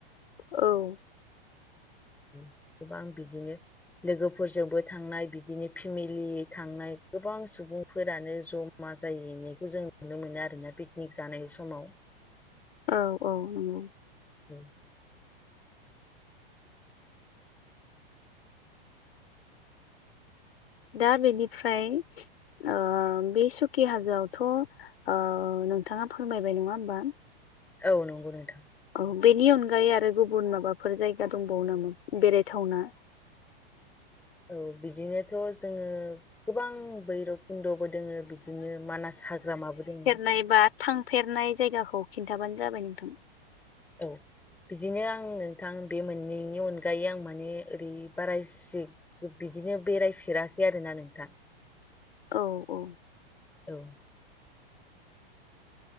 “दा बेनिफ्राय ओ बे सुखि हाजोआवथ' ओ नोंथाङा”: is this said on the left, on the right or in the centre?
Left